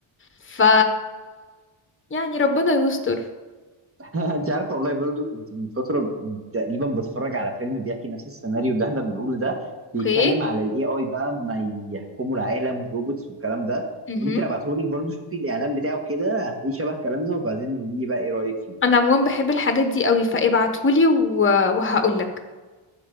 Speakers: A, on the left; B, on the right.
A: ف يعني ربنا يستر
B: انت عارفه والله برضو كنت من فتره تقريبا بتفرج على فيلم بيحكي نفس السيناريو اللي احنا بنقوله ده بيتكلم
A: اوكي
B: على الاي اي بقى ما يحكموا العالم والروبوتس والكلام ده
A: مهم.
B: ممكن ابعته لك برضو شوفي الاعلان بتاعه كده هتلاقيه شبه كلامنا وبعدين قولي لي بقى ايه رايك فيه
A: انا عموما بحب الحاجات دي قوي فابعتهولي و... وهقولك